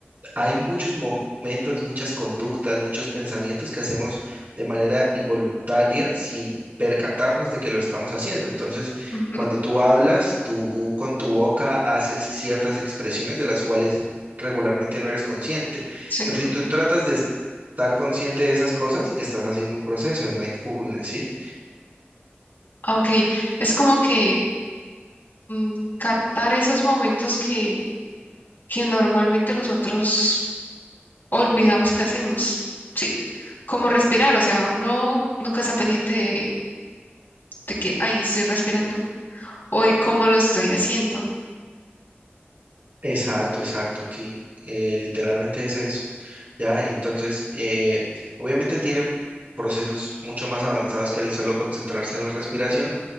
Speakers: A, on the right; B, on the left.
A: hay muchos momentos, muchas conductas, muchos pensamientos que hacemos de manera involuntaria sin percatarnos de que lo estamos haciendo. Entonces,
B: Ujú,
A: cuando tú hablas, tú con tu boca haces ciertas expresiones de las cuales regularmente no eres consciente.
B: sí.
A: Pero si tú tratas de estar consciente de esas cosas, estás haciendo un proceso de mindfulness, ¿sí?
B: Ah, Ok, es como que mm, captar esos momentos que, que normalmente nosotros olvidamos que hacemos, ¿sí? Como respirar, o sea, uno nunca está pendiente de, de que ahí estoy respirando o de cómo lo estoy haciendo.
A: Exacto, exacto, sí. eh, literalmente es eso. Ya, y entonces, eh, obviamente tiene procesos mucho más avanzados que el solo concentrarse en la respiración,